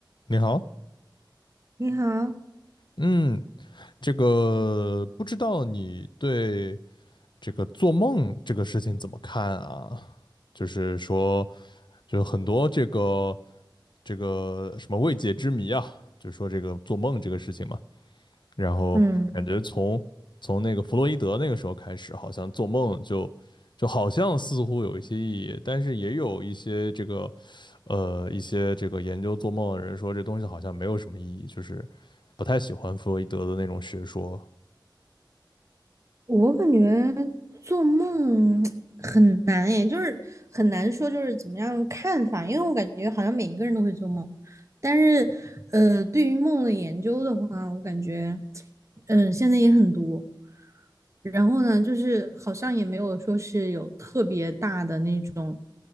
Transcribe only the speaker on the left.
你好，
嗯，这个不知道你对这个做梦这个事情怎么看啊？就是说，就很多这个这个什么未解之谜啊，就说这个做梦这个事情嘛。然后感觉从从那个弗洛伊德那个时候开始，
好像做梦就就好像似乎有一些意义，但是也有一些这个呃一些这个研究做梦的人说这东西好像没有什么意义，就是不太喜欢弗洛伊德的那种学说。